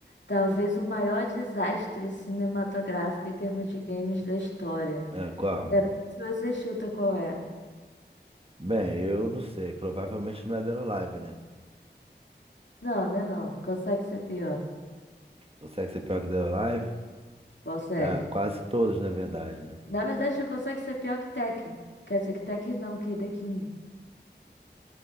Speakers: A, on the left; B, on the right.
A: Talvez o maior desastre cinematográfico em termos de games da história.
B: Ah, qual?
A: Quero ver se você chuta qual é.
B: Bem, eu não sei. Provavelmente não é Dead or Alive, né?
A: Não, né não. Consegue ser pior.
B: Consegue ser pior que Dead or Alive?
A: Consegue.
B: Ah, quase todos, na verdade, né?
A: Na verdade, ele consegue ser pior que Tekken. Quer dizer, que Tekken não, que The King.